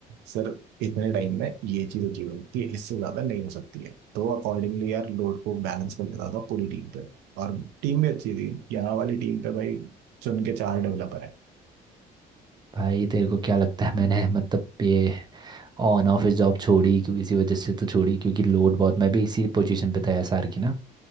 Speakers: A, on the right; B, on the right.
A: सर इतने टाइम में ये चीज़ अचीव होती है इससे ज़्यादा नहीं हो सकती है तो अकॉर्डिंगली यार लोड को बैलेंस कर लेता था पूरी टीम पे और टीम भी अच्छी थी यहाँ वाली टीम पे भाई चुन के चार डेवलपर है
B: भाई तेरे को क्या लगता है मैंने मतलब ये ऑन ऑफिस जॉब छोड़ी क्यों इसी वजह से तो छोड़ी क्योंकि लोड बहुत मैं भी इसी पोजीशन पे था एसआर की ना